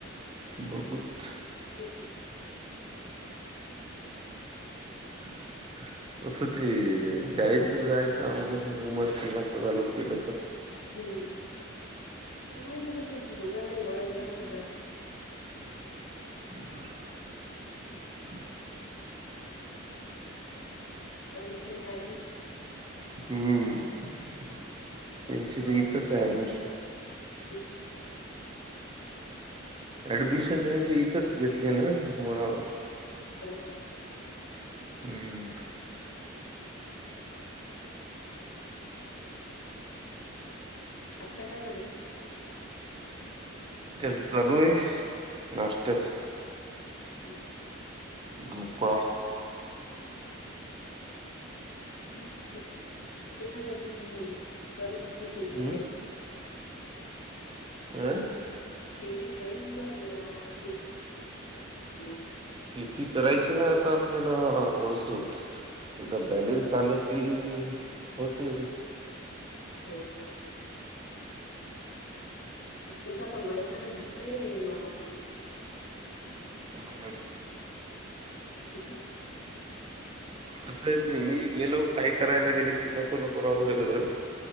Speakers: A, on the right; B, on the left.
A: बघुत,
B: ह,
A: <unintelligible> असं ते यायचं जायचं अवघड हाय उमर खेड ला चालू केलं तर.
B: हम्म पाहाचं कस ते दोघांना वळत लाग तर.
A: ह,
B: <inaudible> अंजन यादी,
A: हम्म <inaudible> त्यांची तर
B: वाट
A: इथच आहे ऍडमिशन.
B: <inaudible>
A: ऍडमिशन त्यांची इथंच घेतली ना मुळा वं ला.
B: हो का?
A: हम्म.
B: आत्ता्या काय करत्या.
A: त्याच चालू आहे नाश्त्याच.
B: ह,
A: ढोकळा.
B: मस्त म्हण कर बापू शेती
A: हम्म
B: ज
A: आं,
B: शेती काहीच कर करा शती
A: शेती करायची ना आता आपल्याला थोडस एक बॅलीन साल की होते.
B: हो का? तच आता वयामान होत नाही रे मामाकडून.
A: हा बोल
B: <inaudible>
A: कसं आहे ते मी गेलो काही करायला गेले की नको नको राहू